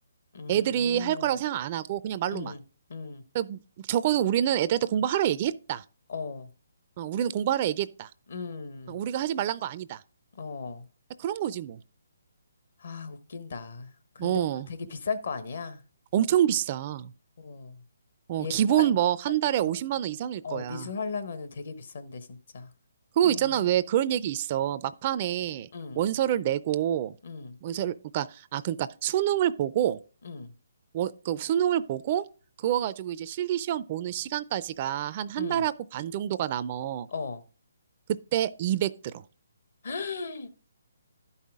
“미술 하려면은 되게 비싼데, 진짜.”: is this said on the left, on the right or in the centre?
Left